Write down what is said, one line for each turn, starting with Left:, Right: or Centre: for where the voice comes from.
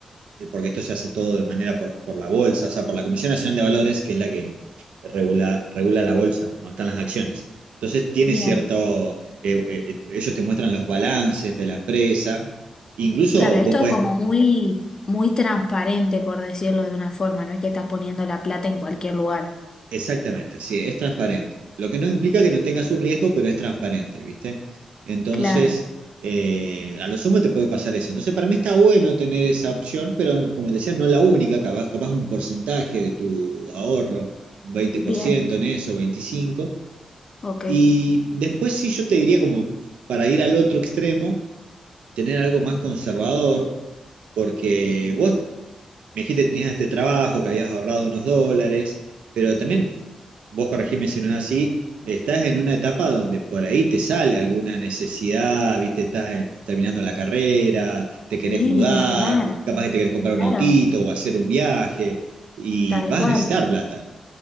Right: eh, porque esto se hace todo de manera por, por la bolsa, o sea, por la Comisión Nacional de Valores, que es la que regula, regula la bolsa, donde están las acciones. Entonces, tiene
Left: bien.
Right: cierto, eh, eh, eh, ellos te muestran los balances de la empresa, incluso
Left: Claro, esto
Right: vos podés
Left: como muy, muy transparente, por decirlo de una forma, no es que estás poniendo la plata en cualquier lugar.
Right: Exactamente, sí, es transparente. Lo que no implica que no tenga su riesgo, pero es transparente, ¿viste? Entonces,
Left: Claro,
Right: eh, a lo sumo te puede pasar eso. Entonces, para mí está bueno tener esa opción, pero no- como te decía, no la única, capaz, capaz un porcentaje de tu ahorro, un 20%
Left: bien,
Right: en eso, 25%.
Left: ok.
Right: Y después sí yo te diría como para ir al otro extremo, tener algo más conservador, porque vos me dijiste que tenías este trabajo, que habías ahorrado unos dólares, pero también, vos corregime si no es así, estás en una etapa donde por ahí te sale alguna necesidad, viste, estás eh, terminando la carrera, te querés
Left: Sí,
Right: mudar,
Left: ni hablar,
Right: capaz que te querés comprar
Left: claro,
Right: un autito o hacer un viaje, y
Left: tal
Right: vas
Left: cual.
Right: a necesitar plata.